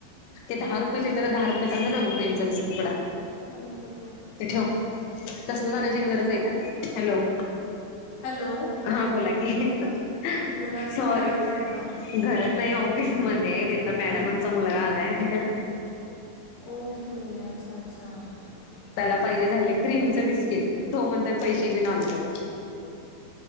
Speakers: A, on the left (about 90°); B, on the left (about 65°).
A: ते दहा रुपेचेत ना दहा रुये सांज ना मग ग्रीमचा बस्ककीट कडा
B: पूर्ण केचं
A: ठेव तसल जाण्याची गरज आहे का हॅलो
B: हॅलो
A: हा बोला क
B: घरात कोणी
A: सॉरी
B: आहे वाटतं
A: घरच नाही ऑफिसमध्येध्ये तथला मॅडमांचा मुलगा आलाय
B: ओके अच्छा अच्छा
A: त्याला
B: हां
A: पाहिजे
B: हां
A: झाले क्रीमच बिस्किट तो म्हणत पैसे घेऊन आणतो.